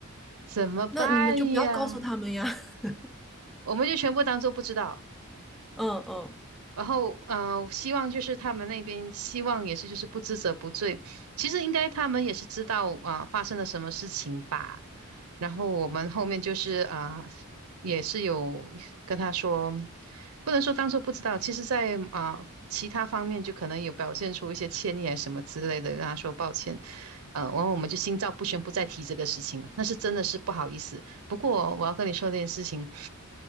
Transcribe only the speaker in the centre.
那你们就不要告诉他们呀。<laughs>
嗯嗯，